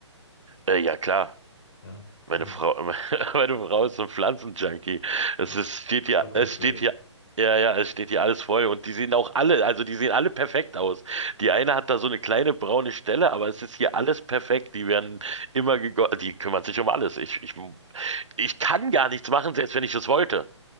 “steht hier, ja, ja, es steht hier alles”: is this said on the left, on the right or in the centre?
Right